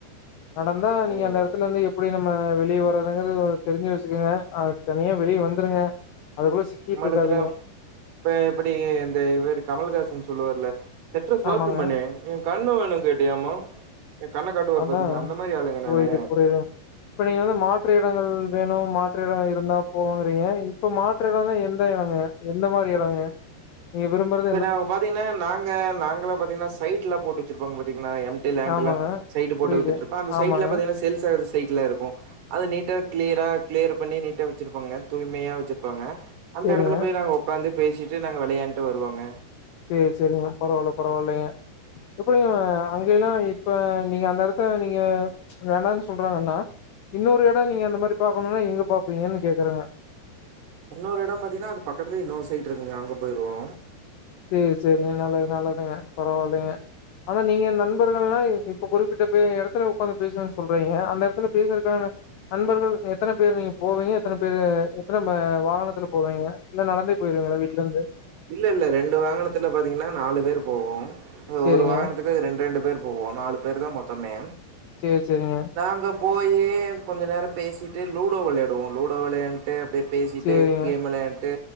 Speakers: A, on the left; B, on the right.
A: நடந்தா நீங்க
B: ம்
A: அந்த எடத்துலருந்து எப்படி நம்ம ம வெளியே வறதுங்கறது தெரிஞ்சு வச்சுக்கங்க தனியா வெளிய வந்துருங்க அதுக்குள்ள சிக்கிட்டு
B: நம்மளக்குல
A: இருக்காதீங்க
B: இப்ப எப்பிடி இந்த இவரு கமல்ஹாசன் சொல்லுவார்ல செட்ர சோத்து
A: ஆமாங்க
B: மண்ணே எ கண்ணு வேணுன் கேட்டியாம்மா ஏ கண்ணக்காட்டுவாரு
A: அதா
B: பாத்தீங்ளா அந்த மாரி ஆளுங்க
A: புரியுது
B: நானு
A: புரியுது இப்ப நீங்க வந்து மாற்று இடங்கள் வேணு மாற்று இடோ இருந்தா போவோங்றீங்க இப்ப மாற்று எடனா எந்த இடங்க எந்த மாரி இடோங்க நீங்க விரும்பரத்
B: இப்ப நாங்க பாத்தீங்ன்னா நாங்க நாங்களா பாத்தீங்ன்னா சைட்ல போட்டு வச்சிருப்போங்க பாத்தீங்ன்னா எம் டி லேண்ட்லா
A: ஆமாங்க
B: சைட்டு போட்டு
A: புரியுது
B: வித்துட்டுருப்பா அந்த
A: ஆமாங்க
B: சைட்ல பாத்தீங்கன்னி சேல்ஸ்சாகாத சைட்ல இருக்கு அது நீட்டா கிளியரா கிளியர் பண்ணி நீட்டா வச்சிருப்பாங்க தூய்மையா வச்சிருப்பாங்க அந்த
A: சேரிங்க
B: இடத்துல போய் நாங்க உக்காந்து பேசிட்டு நாங்க விளையாண்ட்டு வருவோங்க
A: சேரி சேரிங்க பரவால்ல பரவால்லைங்க எப்படியு அங்க எல்லா இப்ப நீங்க அந்த இடத்த நீங்க ச் வேணானு சொல்றாங்கண்ணா இன்னொரு இட நீங்க அந்த மாரி பாக்கணுனா எங்க பாப்பீங்கன்னு கேக்குற
B: இன்னொரு இடம் பாத்தீங்ன்னா அது பக்கத்துலயே இன்னொரு சைட்டு இருக்குங்க அங்க போயிருவோ
A: சேரி சேரிங்க நல்லது நல்லதுங்க பரவாயில்லைங்க ஆனா நீங்க நண்பர்கள்லா இப்ப குறிப்பிட்ட பே இடத்துல உக்காந்து பேசணன்னு சொல்றீங்க அந்த இடத்துல பேசுறக்கான நண்பர்கள் எத்தன பேர் நீங்க போவீங்க எத்தன பேரு எத்தன வாகனத்துல போவீங்க இல்ல நடந்தே போயிருவீங்களா வீட்ல இருந்து
B: இல்ல இல்ல ரெண்டு வாகனத்துல பாத்தீங்கன்னா நாலு பேரு போவோ
A: சேரிங்க
B: ஒரு வாகனத்துக்கு ரெண்டு ரெண்டு பேர் போவோ நாலு பேர்தா மொத்தமே
A: சேரி சேரிங்க
B: நாங்க போய் கொஞ்ச நேர பேசிட்டு லூடோ வெளையாடுவோ லூடோ வெளையாண்ட்டு ட்டு அப்டியே பேசிட்டு
A: சேரிங்க
B: கேம் விளையாட்டு